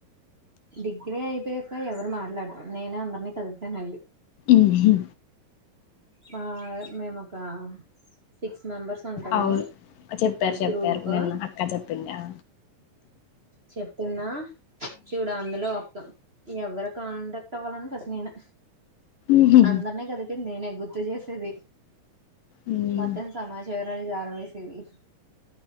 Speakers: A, on the right; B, on the left.
A: డిగ్రీ అయిపోయక ఎవరు మాట్లాడ్రు. నేనే అందర్ని కలిసాను ఎల్లి.
B: ఉహు
A: మా మేమొక సిక్స్ మెంబర్స్ ఉంటము
B: అవును చెప్పారు చెప్పారు
A: గ్రూప్
B: నిన్న అక్క చెప్పింది ఆ
A: చెప్తున్నా చూడ అందులో ఒక్క ఎవరు కాంటాక్ట్ అవ్వాలన ఫస్ట్ నేనె.
B: ఉహు
A: అందరిని కలిపింది నేనే. గుర్తు చేసేది.
B: ఉమ్
A: మొత్తం సమాచారాలు జార వేసేది.